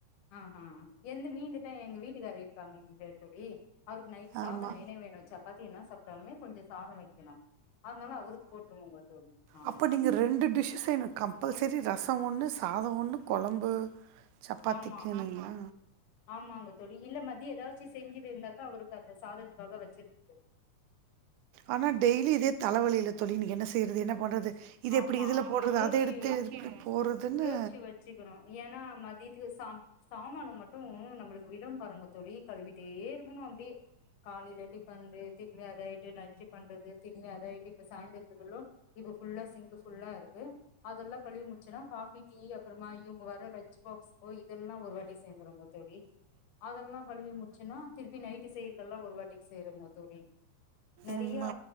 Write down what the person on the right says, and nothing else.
ஆமா
அப்ப நீங்க ரெண்டு டிஷ் செய் கம்பல்சரி ரசம் ஒன்னு சாதோ ஒன்னு கொழம்பு சப்பாத்திக்குனுங்களா
ஆனா டெய்லி இதே தல வலில தோழி இன்னைக்கு என்ன செய்றது என்ன பண்றது இது
எப்டி இதுல போட்றது
அத எடுத்து எப்டி போறதுன்னு
உண்ம